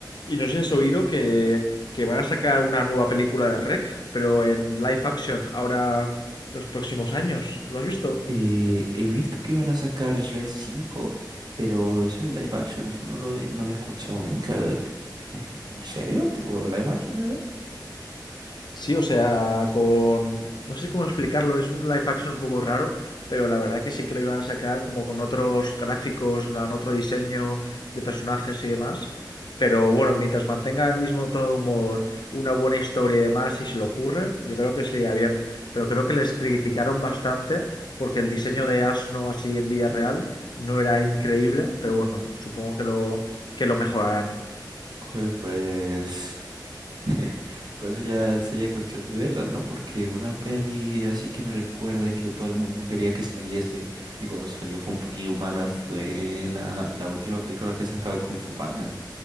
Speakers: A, on the left; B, on the right.
A: Y no sé si has oído que, que van a sacar una nueva película de Rec, pero en live action, ahora los próximos años. ¿Lo has visto?
B: Eh, he visto que iban a sacar Shrek 5, pero eso de live action, eso no lo, he- no lo he escuchado nunca. Eh, ¿En serio? ¿Tipo live action, de verdad?
A: Sí, o sea, con... No sé cómo explicarlo, es un live action un poco raro, pero la verdad que sí que lo iban a sacar como con otros gráficos, en plan, otro diseño de personajes y demás. Pero bueno, mientras mantenga el mismo tono de humor, una buena historia y demás, y se lo ocurren, yo creo que sería bien. Pero creo que les criticaron bastante porque el diseño de Asno así en vida real no era increíble, pero bueno, supongo que lo, que lo mejorarán.
B: Joder, pues... <laughs> Pues eso ya sería cuestión de verla, ¿no? Porque una peli así que me recuerde que todo el mundo quería que saliese y cuando salió fue un poquillo mala fue la, la última película que sacaba de Kung Fu Panda.